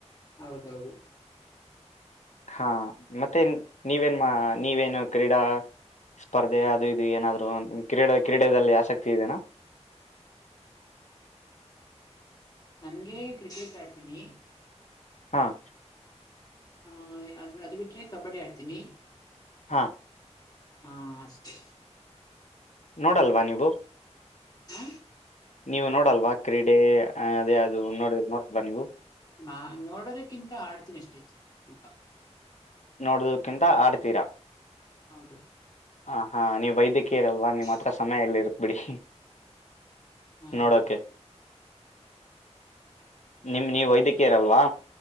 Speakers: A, on the left (about 35°); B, on the left (about 85°).
A: ಹೌದೌದು
B: ಹಾ ಮತ್ತೆ ನೀವೇನ್ ನೀವೇನು ಕ್ರೀಡಾ ಸ್ಪರ್ಧೆ ಅದು ಇದು ಏನಾದ್ರು ನಿಮ ಕ್ರೀಡೆ ಕ್ರೀಡೆಯಲ್ಲಿ ಆಸಕ್ತಿ ಇದೆನಾ
A: ನನಗೆ ಕ್ರಿಕೆಟ್ ಆಡ್ತೀನಿ
B: ಹಾಂ
A: ಹ ಅದು ಅದು ಬಿಟ್ರೆ ಕಬಡ್ಡಿ ಆಡ್ತೀನಿ
B: ಹಾ
A: ಹಾ ಅಷ್ಟೇ
B: ನೋಡಲ್ವಾ ನೀವು
A: ಹ
B: ನೀವು ನೋಡಲ್ವಾ ಕ್ರೀಡೆ ಅದೆ ಅದು ನೋಡ ನೋಡಲ್ವಾ ನೀವು
A: ನಾನ್ ನೋಡೋದಕ್ಕಿಂತ ಆಡ್ತೀನಿ ಅಷ್ಟೇ ಸ್ವಲ್ಪ
B: ನೋಡದಕ್ಕಿಂತ ಆಡ್ತೀರಾ
A: ಹೌದು
B: ಹ ಹಾ ನೀವ್ ವೈದ್ಯಕೀಯರಲ್ವಾ
A: ಹಾ
B: ನಿಮ್ ಹತ್ರ ಸಮಯ ಎಲ್ಲಿ ಇರ್ತ್ ಬಿಡಿ
A: ಹ್ಮ್
B: ನೋಡೋಕೆ ನಿಮ್ ನೀವ್ ವೈದ್ಯಕೀಯರಲ್ವಾ